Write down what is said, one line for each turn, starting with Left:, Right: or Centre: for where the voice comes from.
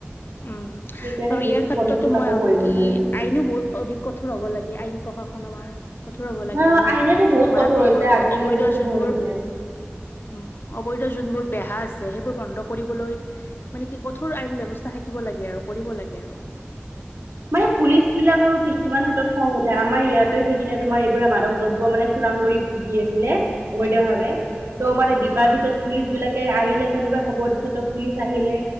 Left: উম,
Right: সেইকাৰণে
Left: আৰু
Right: বেছি
Left: ইয়াৰ ক্ষেত্ৰতো
Right: কন্ট্ৰল কাকো
Left: মই ভাবো
Right: কৰিব
Left: কি
Right: নালাগে
Left: আইনো বহুত অধিক কঠোৰ হ'ব লাগে আইন প্ৰশাসন আমাৰ কঠোৰ হব লাগে
Right: অ
Left: আৰু নে
Right: আইনেতো
Left: নহয়,
Right: বহুত
Left: মাৰাত্মবোৰ
Right: কঠোৰ হৈছে
Left: অ
Right: আজিকালি
Left: অবৈধ
Right: বহুত কঠোৰ
Left: যোনবোৰ
Right: হৈছে
Left: উম, অবৈধ যোনবোৰ বেহা আছে সেইবোৰ বন্ধ কৰিবলৈ মানে কি কঠোৰ আইন ব্যৱস্থা থাকিব লাগে আৰু কৰিব লাগে আৰু।
Right: মানে পুলিচ বিলাকৰো কিছুমান ক্ষেত্ৰত খং উঠে আমাৰ ইয়াতে সেইদিনে তোমাৰ এইবিলাক মাদক দ্ৰব্য মানে চোৰাং কৰি বিক্ৰী আছিলে অবৈধ ভাৱে।
Left: হয়
Right: ত' মানে
Left: হয়
Right: বিকাৰ পিছত পুলিচ বিলাকে আহিলে কোনোবাই খবৰ দিছে ত' পুলিচ আহিলে